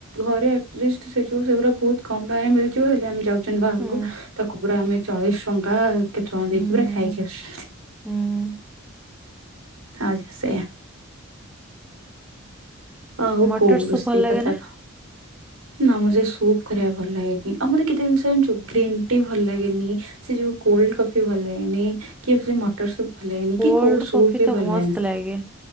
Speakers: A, on the right (about 80°); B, in the centre.
A: ଘରେ ଆଟଲିଷ୍ଟ ସେ ଯୋଉ ସେଗୁଡା ବହୁତ କମ ଟଙ୍କାରେ ମି ଯଉ ହେଲେ ଆମେ ଯାଉଛନ୍ତି ବାହାରକୁ
B: ହୁଁ
A: ତାକୁ ପୁରା ଆମେ ଚାଳିଶ ଟଙ୍କା କେତେ ଟଙ୍କା ଦେଇକି
B: ହୁଁ
A: ପୁରା ଖାଇକି ଆସୁଛନ୍ତି।
B: ହୁଁ
A: ଆଉ ସେୟା। ଆଉ
B: ମଟର
A: କଉ
B: ସୁପ୍
A: ରୋଷେଇ
B: ଭଲ ଲାଗେ
A: କଥା
B: ନା
A: ନା ମତେ ସେ ସୁପ୍ କରିବା ଭଲ ଲାଗେନି ଆଉ ମତେ କେତେ ଜିନିଷ ଜାଣିଛୁ ଗ୍ରୀନ୍ ଟି ଭଲ ଲାଗେନି। ସେ ଯୋଉ କୋଲଡ କଫି ଭଲ ଲାଗେନି କି ସେ ମଟର ସୁପ୍ ଭଲ ଲାଗେନି କି
B: କୋଲଡ
A: କୋଉ ସୁପ୍
B: କଫି
A: ବି
B: ତ
A: ଭଲ
B: ମସ୍ତ
A: ଲାଗେନି
B: ଲାଗେ